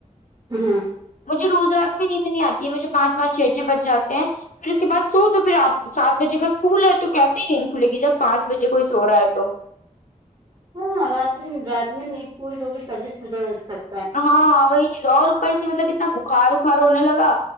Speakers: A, on the right (about 30°); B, on the left (about 65°).
A: ہوں
B: مجھے روز رات میں نیند نہیں آتی ہے مجھے پانچ پانچ چھ چھ بچ جاتے ہیں پھر اس کے بعد سو تو پھر آپ سات بجے کا اسکول ہے تو کیسے ہی نیند کھلے گی جب پانچ بجے کوئی سو رہا ہے تو
A: ہاںاں رات رات میں نیند پوری ہوگی تبھی صبح اٹھ سکتے
B: ہاںاں وہی چیز اور اوپر سے مطلب اتنا بخار وخار ہونے لگا